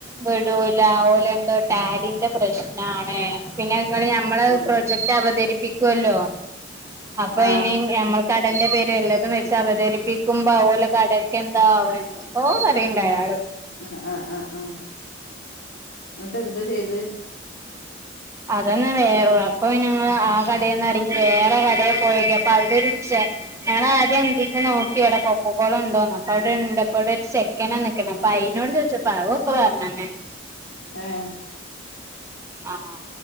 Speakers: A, on the right; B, on the left.
A: വിടൂല ഓലെ എന്താ ടാലിന്റെ പ്രശ്നാണ് പിന്നെങ്ങള് ഞമ്മള
B: ആ
A: പ്രൊജക്ട് അവതരിപ്പിക്കുവല്ലോ അപ്പൊ
B: ആഹ്
A: ഇനി നമ്മൾ കടന്റെ പേര് വല്ലാ വെച്ച് അവതരിപ്പിക്കുമ്പോ ഓലെ കടക്ക് എന്താവാ ക്കോ പറയ്ണ്ട് അയാൾ
B: ആഹ് ആഹ് ആഹ് ആഹ് ഇങ്ങട്ട് എന്താ ചെയ്ത
A: അതന്നെ വേ അപ്പൊ ഞങ്ങള് ആ കടേന്നറങ്ങി വേറെ കടെ പോയോ ക്കിയപ്പൊ അവിടൊരു ചെ ഞങ്ങള ആദ്യം അന്തിക്ക് നോക്കി ഇവടെ കൊക്കക്കോള ഉണ്ടോന്ന് അപ്പ അവിടെ ഇണ്ട് പ്പോടെ ചെക്കനാ നിക്ക്ണ അപ്പൊ അയിനോട് ചോദിച്ചപ്പ പ അ ഒക്കെ പറഞ്ഞന്ന്
B: ആഹ്
A: ആഹ്